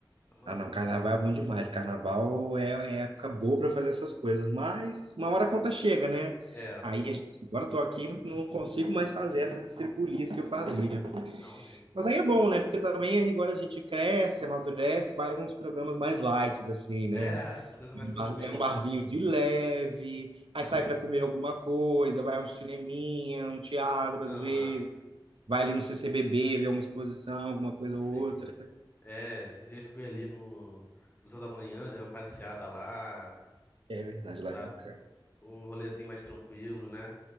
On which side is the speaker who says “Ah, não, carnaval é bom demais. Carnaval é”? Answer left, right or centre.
Right